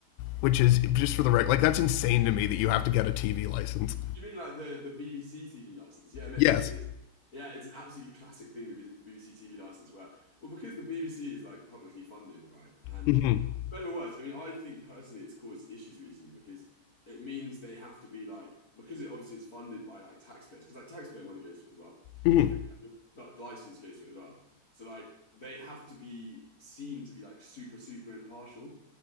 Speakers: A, on the left; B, on the left.
A: which is just for the record, like that's insane to me that you have to get a TV license.
B: Do you mean like the the BBC TV license? Yeah, mate,
A: Yes.
B: it's it's yeah, it's an absolutely classic thing, the, B- the BBC TV license, where well, because the BBC is like publicly funded, right? And
A: hmm
B: for better or worse, I mean, I think personally it's caused issues recently because it means they have to be like because it obviously it's funded by like taxpayers because like taxpayer money goes to it as well,
A: hmm
B: and your, your license goes to it as well. So like they have to be seen to be like super super impartial.